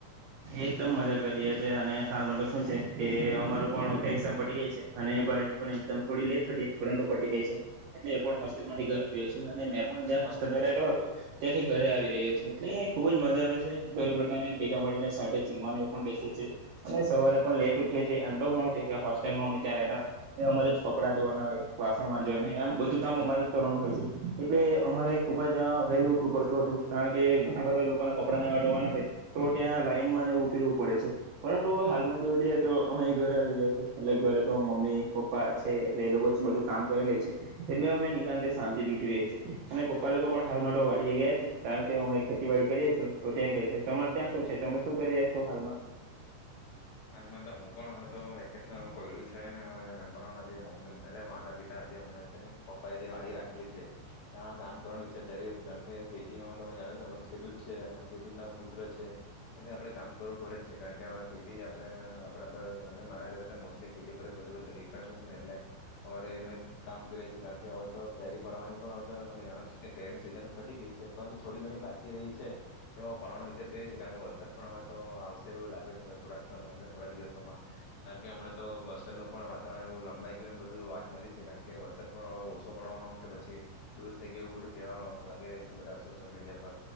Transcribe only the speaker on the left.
હાલ તો હું પણ હવે તો વેકેશન પડ્યું છે ને હવે મે પણ મમ્મી એટલે માતા પિતા હજી હમણાં એટ કે પપ્પા એ જે વાડી રાખેલી છે ત્યાં કામ કરવાનો વિચાર ચ રહ્યો છે કારણ કે ખેતીમાં તમે જાણો છો હવે ખેડૂત છે અને ખેડૂતના પુત્ર છે એટલે આપડણે કામ કરવું પડે જ છે કારણ કે ખેતી જ આપણે આપણા પર અને મારા ઘરે તો મોસ્ટલી ખેતી પર જ બધું ડિપેન્ડ હોય છે ને એટલે અડ એને કામ કરીએ છીએ કારણ કે હવે તો કેરી પડવાની પણ હવે તો તમે જાણો છો કેરીની સિઝન પટી ગઈ છે પરંતુ થોડી ઘણી બાકી રહી છે તે પડવાનો વિચાર કરીએ છીએ કારણ કે વરસાદ પણ હવે તો આવશે એવું લાગે છે કે થોડાક સમય થોડાક દિવસોમાં કારણ કે હમણા તો વરસાદનું પણ વાતાવરણ એવું લંબાઈ ગયું એમ બધું વાત મળી છે કારણ કે વરસાદ પણ હવે ઓછો પડવાનો કે પછી દૂર થઈ ગયો બધું કેહેવા લાગી રહી છે બધા સોશિયલ મીડિયા પર